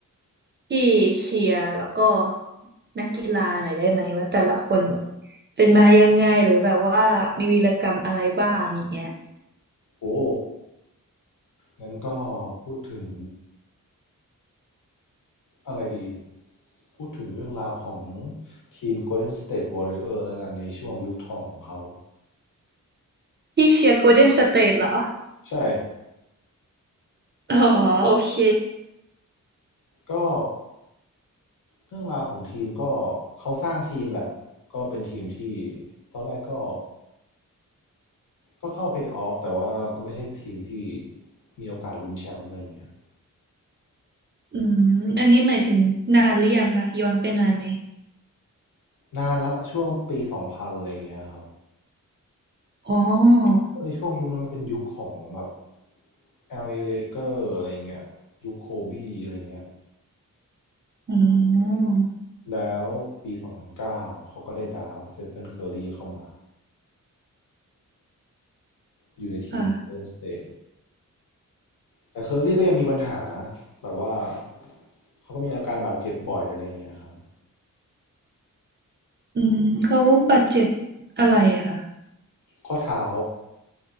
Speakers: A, on the right; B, on the left.
A: ที่เชียร์แล้วก็นักกีฬาหน่อยได้ไหมว่าแต่ละคนแบบเป็นมายังไงหรือแบบว่ามีวีรกรรมอะไรบ้างอย่างเงี้ย
B: โอ้งั้นก็พูดถึงอะไรดีพูดถึงเรื่องราวของทีม Golden State Warrior แล้วกันในช่วงยุคทองของเขา
A: พี่เชียร์โกลเด้นสเตทเหรอ
B: ใช่
A: อ๋อโอเค
B: ก็เรื่องราวของทีมก็เขาสร้างทีมแหละก็เป็นทีมที่ตอนแรกก็ก็เข้าเพลย์ออฟแต่ว่าก็ไม่ใช่ทีมที่มีโอกาสลุ้นแชมป์อะไรอย่างเงี้ย
A: อืมอันนี้หมายถึงนานหรือยังคะย้อนไปนานไหม
B: นานละช่วงปีสองพันอะไรอย่างเงี้ยครับ
A: อ๋อ
B: ในช่วงยุคนั้นมันเป็นยุคของแบบ LA Laker อ Lakers อะไรเงี้ยยุคโคบีอะไรเงี้ย
A: อืม
B: แล้วปี2009เก้าเขาก็ได้ดราฟต์สเตฟานเคอร์รีเข้ามาอยู่ในทีมเอ
A: ค่ะ
B: n นสเต e แต่เคอร์รีก็ยังมีปัญหาแบบว่าเขาก็มีอาการบาดเจ็บบ่อยอะไรเงี้ยครับ
A: อืมเขาบาดเจ็บอะไรอะคะ
B: ข้อเท้า